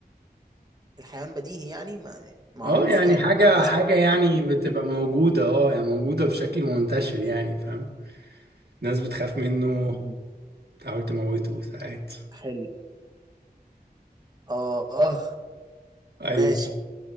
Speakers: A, on the right (about 25°); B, on the right (about 80°).
A: الحيوان بديهي يعني ما معروف
B: اه يعني
A: يعني
B: حاجة
A: الناس
B: حاجة يعني
A: بتقتني
B: بتبقى
A: فيه
B: موجودة اه يعني موجودة بشكل منتشر يعني فاهم ناس بتخاف منه
A: م- م.
B: بتحاول تموته ساعات
A: حلو اه آه،
B: ايوه
A: ماشي